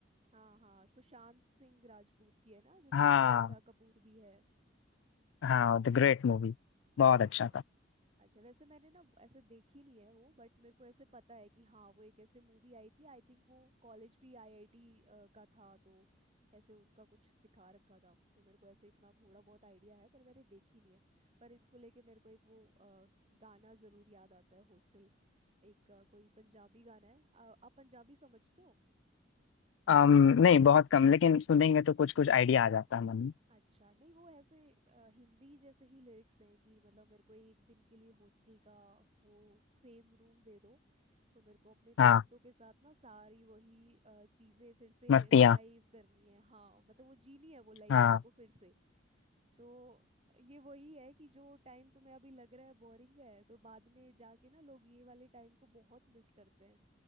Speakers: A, on the right; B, on the left.
A: हाँ हाँ सुशांत सिंह राजपूत की है ना जिसमें
B: हाँ
A: श्रद्धा कपूर भी है
B: हाँ द ग्रेट मूवी
A: हाँ
B: बहुत अच्छा था
A: अच्छा वैसे मैंने ना ऐसे देखी नहीं है वो बट मेरे को ऐसे पता है कि हाँ वो एक ऐसे मूवी आई थी आई थिंक वो कॉलेज भी आईआईटी का था तो ऐसे उनका कुछ दिखा रखा था तो मेरे को ऐसे इतना थोड़ा बहुत आइडिया है पर मैंने देखी नहीं है पर इसको लेके मेरे को एक वो अ, गाना जरूर याद आता है हॉस्टल एक अ, कोई पंजाबी गाना है अ, आप पंजाबी समझते हो
B: अम नहीं बहुत कम लेकिन सुनेंगे तो कुछ कुछ आइडिया आ जाता है मन में
A: अच्छा नहीं वो ऐसे अ, हिंदी जैसे ही लिरिक्स हैं कि मतलब मेरे को एक दिन के लिए हॉस्टल का वो सेम रूम दे दो तो मेरे को अपने दोस्तों
B: हाँ
A: के साथ ना सारी वही अ, चीजें फिर से
B: मस्तियाँ
A: रिवाइव करनी है हाँ मतलब वो जीनी है वो लाइफ
B: हाँ
A: मेरे को फिर से तो ये वही है कि जो टाइम तुम्हें अभी लग रहा है बोरिंग है तो बाद में जाके ना लोग ये वाले टाइम को बहुत मिस करते हैं